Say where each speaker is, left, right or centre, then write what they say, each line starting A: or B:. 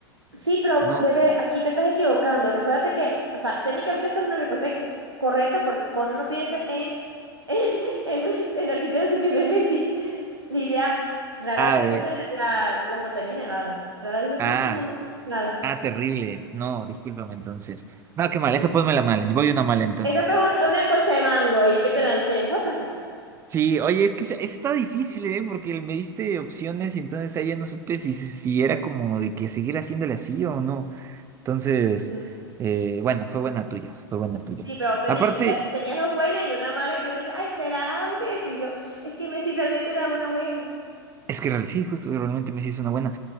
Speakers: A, on the right (about 85°); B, on the right (about 20°).
A: Sí, pero
B: no.
A: bebé, aquí te estás equivocando. Recuérdate que, o sea, técnicamente esto es una respuesta correcta porque cuando uno piensa en, <laughs> en, en, en Argentina se piensa en Messi. La idea, rara
B: A
A: vez se
B: ver,
A: escucha la- la- las montañas nevadas. Rara vez
B: ah,
A: sí, sí, las montañas nevadas.
B: ah, terrible. No, discúlpame entonces. No, qué mal,
A: Sí.
B: eso ponmela mal. Voy una mala entonces.
A: Esa fue un- una concha de mango ahí que te lancé. Guacata.
B: Sí, oye, es que esa- esa está difícil, ¿eh? Porque me diste opciones y entonces ahí ya no supe si, si era como de que seguir haciéndole así o no. Entonces,
A: Ujú.
B: eh, bueno, fue buena tuya, fue buena tuya.
A: Sí, pero teni-
B: Aparte,
A: la- tenías dos buenas y una mala que uno dice, ay, será Messi. Y yo, es que Messi realmente era una buena.
B: es que real- sí, justo, realmente me hizo una buena.